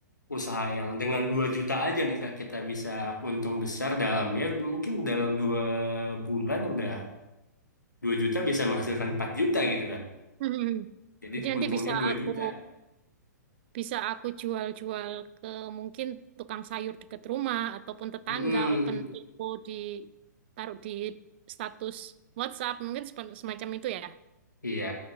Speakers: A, on the left (about 80°); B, on the right (about 35°).
A: usaha yang dengan 2 juta aja nih Kak kita bisa untung besar dalam ya mungkin dalam dua bulan udah 2 juta bisa menghasilkan 4 juta gitu kan.
B: Mhm.
A: Jadi
B: Jadi nanti
A: untungnya
B: bisa
A: 2
B: aku
A: juta.
B: Bisa aku jual-jual ke mungkin tukang sayur dekat rumah ataupun tetangga,
A: Mm-mm.
B: open toko di taruh di status WhatsApp, mungkin sepe- semacam itu ya.
A: Iya,